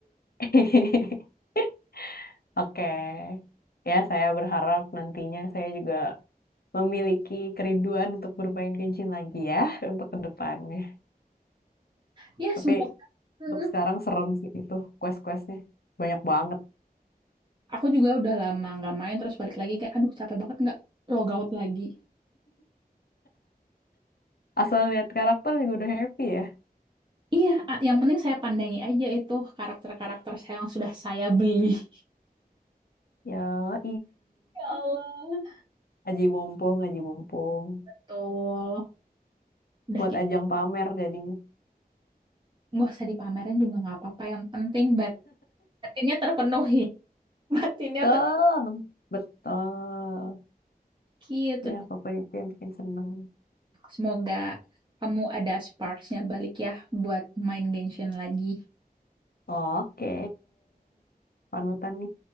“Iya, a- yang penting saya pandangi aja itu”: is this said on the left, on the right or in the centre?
Right